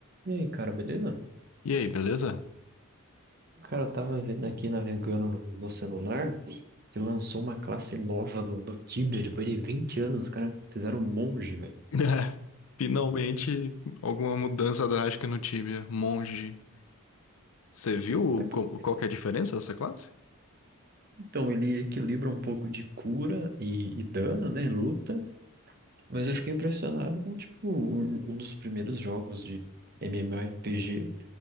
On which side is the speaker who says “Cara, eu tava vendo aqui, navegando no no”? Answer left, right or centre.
Right